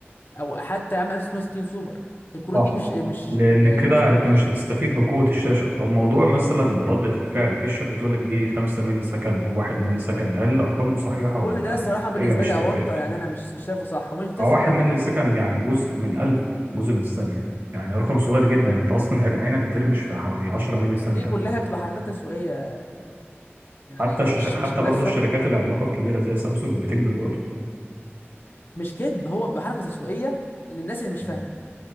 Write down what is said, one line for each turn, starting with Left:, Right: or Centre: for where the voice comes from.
Left: او حتى يا عم 1660 سوبر الكروت
Right: صح
Left: دي مش مش
Right: لان كده
Left: مش 2K
Right: انت مش هتستفيد بقوه الشاشه طب موضوع مثلا رده الفعل في الشات بتقول لك دي 5 مللي سكند و1 مللي سكند هل الارقام دي صحيحه ولا
Left: كل ده الصراحه بالنسبه
Right: هي مش
Left: لي
Right: هتفرق
Left: اونطه يعني انا مش مش شايفه صح ومش بتفرق
Right: هو 1
Left: قوي
Right: مللي سكند يعني جزء من 1000 جزء من الثانيه يعني رقم صغير جدا انت اصلا عين- عينك بترمش في حوالي 10 مللي ثانيه
Left: دي
Right: او
Left: كلها
Right: اكتر
Left: بتبقى حركات تسويقيه يعني
Right: حتى
Left: مش
Right: شش... حتى
Left: مش هدف
Right: برضه الشركات العملاقه الكبيره زي سامسونج بتكذب برضه
Left: مش كذب هو بحركه تسويقيه للناس اللي مش
Right: مم.
Left: فاهمه